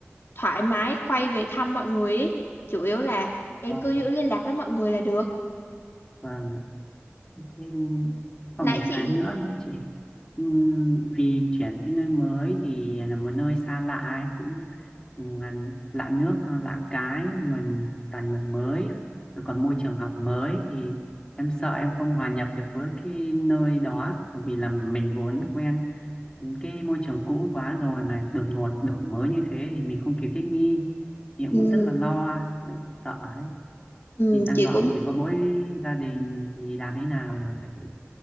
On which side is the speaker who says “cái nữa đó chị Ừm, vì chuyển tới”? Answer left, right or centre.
Left